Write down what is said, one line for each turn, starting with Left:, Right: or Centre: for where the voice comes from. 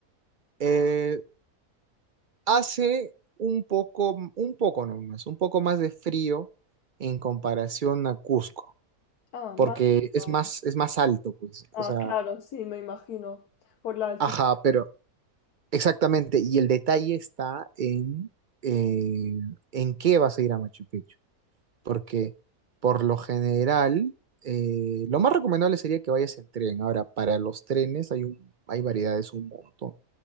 Right: eh, hace un poco, un poco nomás, un poco más de frío en comparación a Cusco,
Left: Ah,
Right: porque
Left: más frío.
Right: es más, es más alto, pues,
Left: Ah,
Right: o sea,
Left: claro, sí, me imagino, por la altitud.
Right: ajá, pero... Exactamente, y el detalle está en eh, en qué vas a ir a Machu Picchu, porque por lo general eh, lo más recomendable sería que vayas en tren. Ahora, para los trenes hay un, hay variedades un montón.